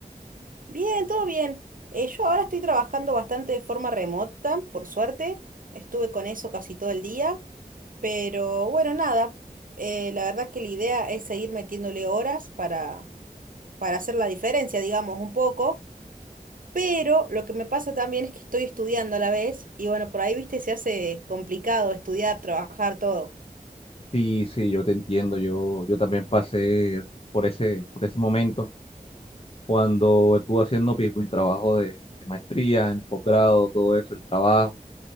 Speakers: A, on the right (about 65°); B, on the left (about 40°).
A: Bien, todo bien. Eh, yo ahora estoy trabajando bastante de forma remota, por suerte. Estuve con eso casi todo el día, pero bueno, nada. Eh, la verdad es que la idea es seguir metiéndole horas para, para hacer la diferencia, digamos, un poco Pero lo que me pasa también es que estoy estudiando a la vez y bueno, por ahí, viste, se hace complicado estudiar, trabajar, todo.
B: Sí, sí, yo te entiendo, yo, yo también pasé por ese, por ese momento cuando estuve haciendo pues, mi trabajo de, de maestría, en el posgrado, todo eso, el trabajo.